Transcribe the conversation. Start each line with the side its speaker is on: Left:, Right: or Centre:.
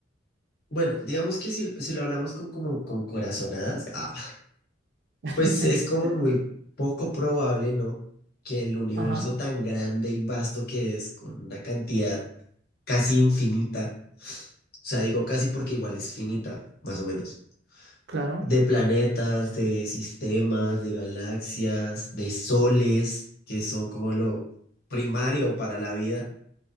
Left: bueno, digamos que si, si lo hablamos con, como, con corazonadas, ah,
Right: <laughs>
Left: pues es como muy poco probable, ¿no? Que el universo
Right: Ajá,
Left: tan grande y vasto que es, con una cantidad casi infinita. O sea, digo casi porque igual es finita, más o menos.
Right: claro,
Left: De planetas, de sistemas, de galaxias, de soles, que son como lo primario para la vida.